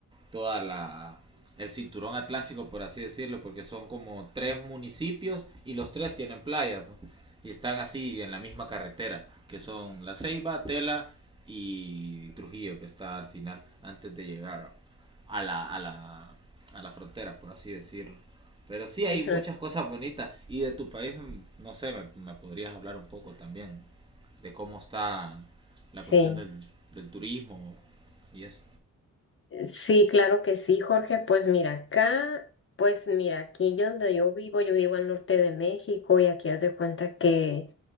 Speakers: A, on the right; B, on the left.
A: toda la el cinturón atlántico por así decirlo porque son como tres municipios y los tres tienen playa pues, y están así en la misma carretera que son La Ceiba, Tela y Trujillo que está al final antes de llegar a la a la a la frontera por así decirlo pero sí
B: ujú.
A: hay muchas cosas bonitas y de tu país no sé me, me podrías hablar un poco también de cómo está la cuestión
B: Sí,
A: del, del turismo y eso
B: sí, claro que sí, Jorge. Pues mira, acá, pues mira, aquí yo donde yo vivo, yo vivo al norte de México y aquí haz de cuenta que